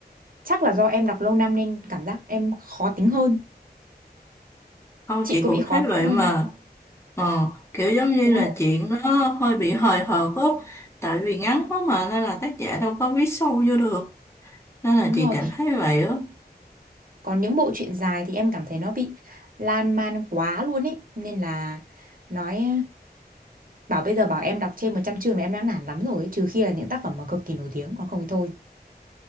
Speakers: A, on the right; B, on the left.
A: Chắc là do em đọc lâu năm nên cảm giác em khó tính hơn.
B: không
A: Chị
B: chị
A: có
B: cũng
A: bị khó
B: thấy vậy
A: tính hơn
B: mà
A: không?
B: ờ, kiểu giống như
A: Đúng
B: là
A: rồi,
B: chuyện nó hơi bị hời hợt á tại vì ngắn quá mà nên là tác giả đâu có viết sâu vô được nên là
A: đúng
B: chị
A: rồi.
B: cảm thấy vậy á
A: Còn những bộ truyện dài thì em cảm thấy nó bị lan man quá luôn ấy. Nên là nói bảo bây giờ bảo em đọc trên 100 chương là em đã nản lắm rồi ấy. Trừ khi là những tác phẩm mà cực kỳ nổi tiếng còn không thì thôi.